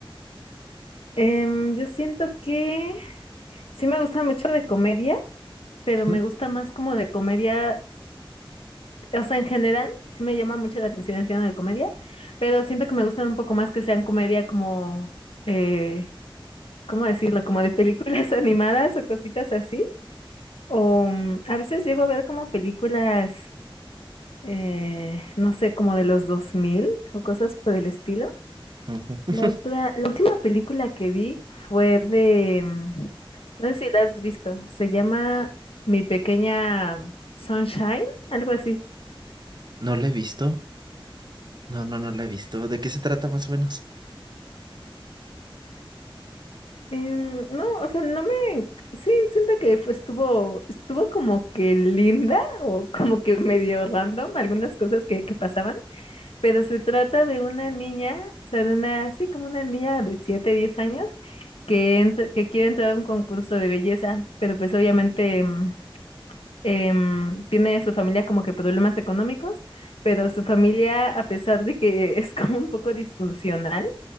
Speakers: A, on the left; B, on the right.
A: Em, yo siento que sí me gusta mucho de comedia, pero me
B: ¿Mm?
A: gusta más como de comedia o sea, en general, sí me llama mucho la atención el género de comedia, pero siento que me gustan un poco más que sean comedia como, eh, ¿cómo decirlo? Como de películas <laughs> animadas o cositas así. O mm, a veces llego a ver como películas, eh, no sé, como de los 2000 o cosas por el estilo.
B: Ujú.
A: La otra, la última película que vi fue de, mm, no sé si la has visto, se llama Mi Pequeña Sunshine, algo así.
B: No lo he visto. No, no, no lo he visto. ¿De qué se trata más o menos?
A: Em, no, o sea, no me, sí, siento que fue- estuvo, estuvo como que linda o <laughs> como que medio random algunas cosas que, que pasaban, pero se trata de una niña, o sea, de una, sí, como una niña de 7, 10 años que, entra- que quiere entrar a un concurso de belleza, pero pues obviamente em, em, tiene su familia como que problemas económicos, pero su familia, a pesar de que <laughs> es como un poco disfuncional,